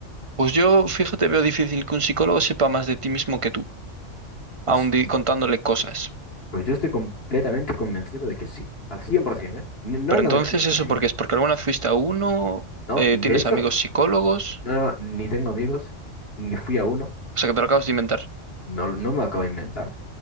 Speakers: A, on the right; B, on the left.
A: Pues yo, fíjate, veo difícil que un psicólogo sepa más de ti mismo que tú,
B: pues,
A: aun di- contándole cosas.
B: pues yo estoy completamente convencido de que sí, al 100%, ¿eh? Ni- No
A: Pero
B: al
A: entonces,
B: 90, no, al
A: ¿eso
B: cien,
A: porque es? ¿Porque alguna vez fuiste a uno?
B: No,
A: Eh,
B: de
A: ¿tienes
B: hecho,
A: amigos psicólogos?
B: no, no, ni tengo amigos, ni fui a uno,
A: O sea, que te lo acabas de inventar.
B: no, no me lo acabo de inventar.